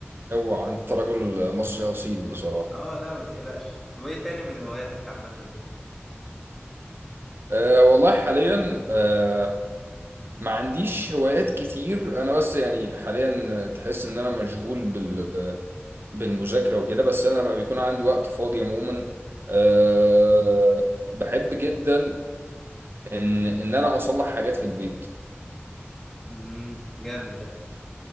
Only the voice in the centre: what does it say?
اه لا ما تقلقش طب ايه تاني من هواياتك عامه
امم جامد ده